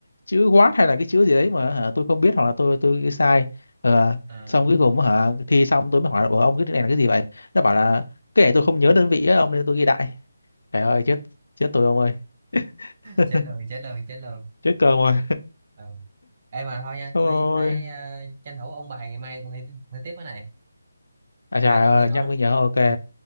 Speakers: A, on the left; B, on the right.
A: chữ watt hay là cái chữ gì đấy mà hả, tôi không biết hoặc là tôi tôi ghi sai Ờ,
B: à,
A: xong cuối cùng hả thi xong tôi mới hỏi là, "Ủa, ông cái này là cái gì vậy nó bảo là cái này tôi không nhớ đơn vị á ông nên tôi ghi đại trời ơi chết chết tôi ông ơi <laughs>
B: trả lời trả lời trả lời
A: chết cơm rồi
B: ừ. Ê mà thôi nha
A: thôi
B: tôi phải ờ, tranh thủ ôn bài ngày mai còn thi, thi tiếp cái này
A: à
B: ngày
A: trời
B: mai tôi
A: ơi
B: còn thi nữa
A: nhắc mới nhớ ok
B: ừ.